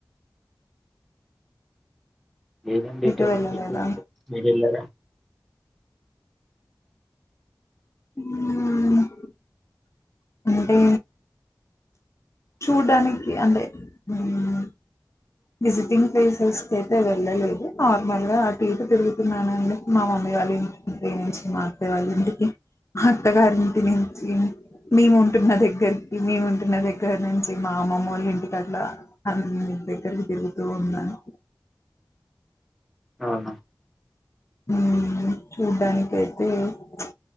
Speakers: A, in the centre; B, on the left (about 40°).
A: ఏదండి
B: ఎటు
A: ఎటన్
B: వెళ్ళలేదా
A: ఎట్ మీరేలారా
B: హా ఆ ఆ అంటే చూడ్డానికి అంటే హాహ్ విజిటింగ్ ప్లేసెస్ కి అయితే వెళ్ళలేదు. నార్మల్ గా ఆటు ఇటు తిరుగుతున్నానండి. మా మమ్మీ వాళ్ళ ఇంటింటి నుంచి మా అత్తయ్య వాళ్ళింటికి మా అత్తగారింటి నుంచి మేము ఉంటున్న దగ్గరికి మేము ఉంటున్న దగ్గర నుంచి మా అమ్మమ్మోళింటికి అట్ల అన్ <unintelligible> తిరుగుతూ ఉన్నాను.
A: అవునా
B: హ్మ్ చూడ్డానికైతే చ్